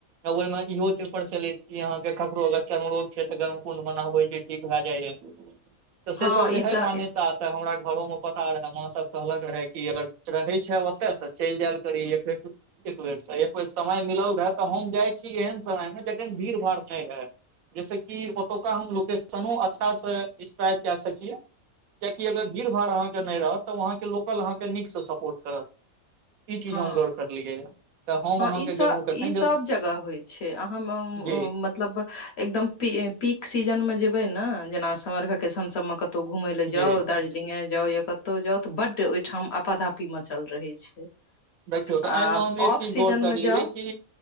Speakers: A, on the right; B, on the left.
A: ओहि मे इहो छै प्रचलित की अहां के ककरो अगर चर्म रोग छऐ त गर्म कुंड मै नाहबेै कै ठीक भय जाय या। तऽ
B: हँ
A: से सब
B: ई
A: रहै
B: तऽ
A: मान्यता। तऽ हमरा घरो में पता रहै, माँ सब कहलक रहै कि अगर रहै छै ओते तऽ चलि जायल। करी य फेर <inaudible> एक बेेर सँ एक बेर समय मिलल रहै तऽ हम जाइ छी एहन समयमे जखन भीड़- भाड़ नहि रहै। जहिसँ कि ओतुकऽ हम लोकेशनो अच्छासँ ड़िस्क्राईब कए सकियै कियाकि अगर भीड़ -भाड़ अहाँ केै नहि रहत तऽ ओ अहाँ कै लोकल अहाँकै नीकसँ सपोर्ट करत। ई चीज
B: हँ
A: हम गौर करलियै यऽ तऽ हम
B: हँ
A: अहाँके
B: ई सब
A: गेलहुँ कखन
B: ई सब
A: जब
B: जगह होइ छै अहाँ मै
A: जी
B: मतलब एकदम पी पीक सीजनमे जेबै न जेना समर वकेेशन सब मे कत तऽ घुमय लेल
A: जी
B: जाउ दार्जि लिंगे जाउ या कतौ जाउ तऽ बड्ड ओइठाम आपधापी मे चल रहैत छै
A: देखियौ तऽ
B: आ
A: एइमे हम एक
B: ऑफ
A: चीज
B: सीजन
A: गौर कैलियै
B: मे जाउ
A: कि